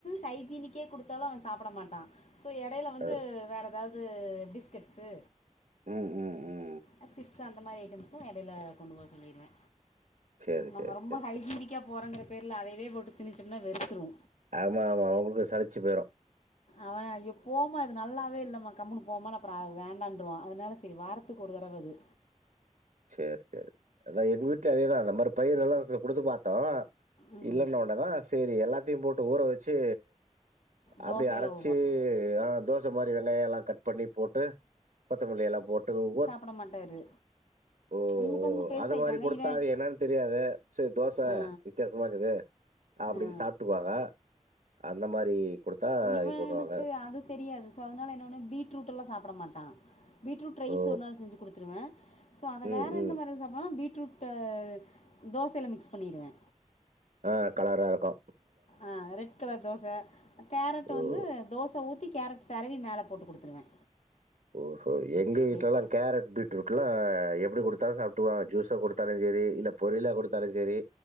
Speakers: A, on the left; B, on the right.
A: ஹைஜீனிக்கே குடுத்தாலு அவே சாப்பட மாட்டா சோ எடைல வந்து
B: அ.
A: வேற ஏதாவ் து பிஸ்கெட்ஸ்சு
B: அ அ அ
A: ஆ சிப்ஸ் அந்த மாரி ஐட்டம்ஸ்சு எடைல கொண்டு போக சொல்லிருவே
B: சரி,
A: நம்ம
B: சரி,
A: ரொம்ப
B: சரி,
A: ஹைஜீனிக்கா
B: சரி.
A: போறோங்கிற பேர்ல அதையவே போட்டு திணிச்சம்னா வெறுத்துரு
B: ஆமா ஆமா அவுங்களுக்கு சழிச்சு போயிரு
A: அவனே ஐயோ போமா இது நல்லாவே இல்லம்மா கம்முனு போமா அப்பறோ அது வேண்டான்றுவா அதுனால செரி வாரத்துக்கு ஒரு தடவ அது
B: சேரி சேரி அதா எங்க வீட்லயு அதேதா இந்த மாரி பயிர எல்லாக் குடுத்து பாத்தோ
A: ம்
B: இல்லன்ன ஒன்னதா சரி எல்லாத்தையு போட்டு ஊற வச்சு
A: தோசையில
B: அப்டியே அரச்சு
A: போட்டேன்
B: அ தோச மாறி வெங்காயம் எல்லா கட் பண்ணி போட்டு கொத்தமல்லி எல்லா போட்டு ஒவ்வொர்
A: போட மாட்டாரு
B: ஓ
A: உங்க
B: ஓ
A: பசங்க பெருசாயிட்டாங்க
B: அது மாறி குடுத்தா
A: இவன்
B: அது என்னன்னு தெரியாதே சரி தோச
A: ஆ
B: வித்தியாசமா இருக்குது அப்டின்
A: ஆ
B: சாப்ட்டுக்குவாங்க அந்த மாறி குடுத்தா
A: இவனுக்கு
B: இது பண்ணுவாங்க
A: அது தெரியாது சோ அதனால என்னன்னா பீட்ரூட் எல்லா சாப்ட மாட்டா பீட்ரூட் ரைஸ்
B: ஓ!
A: ஒரு நாள் செஞ்சு குடுத்துருவேன் சோ அத
B: ம்,
A: வேற
B: ம்.
A: எந்த மாறி சாப்டுவான்னா பீட்ரூட் ட தோசயில மிக்ஸ் பண்ணிருவே
B: ஆ கலரா இருக்கூ
A: ஆ ரெட் கலர் தோச கேரட்
B: ஓ!
A: வந்து தோச ஊத்தி கேரட் செரவி மேல போட்டு குடுத்துருவே
B: ஓஹோ எங்க வீட்லலா
A: எப்
B: கேரட் பீட்ரூட்ல்லா எப்டி குடுத்தாலு சாப்ட்டுவா ஜுஸா குடுத்தாலு செரி இல்ல பொரியலா குடுத்தாலு செரி